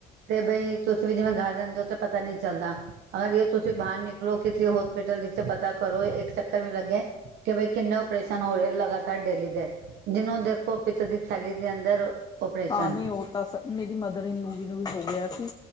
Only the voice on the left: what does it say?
ਹਾਂ, ਨਹੀਂ ਉਹ ਤਾਂ ਸ ਮੇਰੀ ਮਦਰ ਇਨਲੂ ਨੂੰ ਵੀ ਹੋ ਗਿਆ ਸੀ।